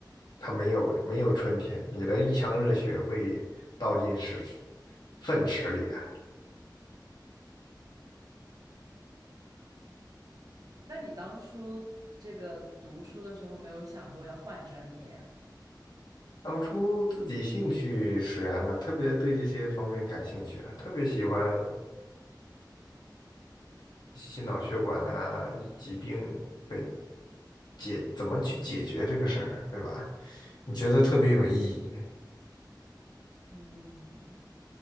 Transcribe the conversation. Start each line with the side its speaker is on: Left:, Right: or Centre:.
Left: 它没有没有春天，你的一腔热血会倒进屎粪池里啊。
Right: 那你当初这个读书的时候没有想过要换专业呀、
Left: 当初自己兴趣使然呢、特别对这些方面感兴趣啊，特别喜欢心脑血管啊、以疾病的解，怎么去解决这个事儿，对吧？你觉得特别有意义。
Right: 嗯，